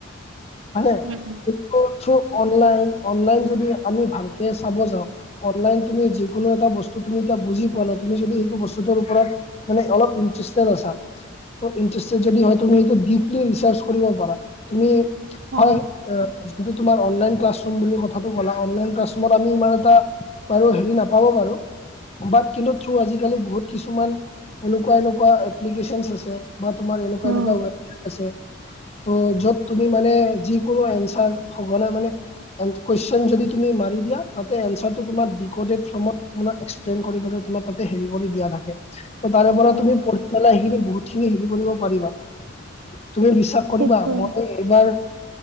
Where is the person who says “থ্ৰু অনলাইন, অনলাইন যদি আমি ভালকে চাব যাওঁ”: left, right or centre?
Left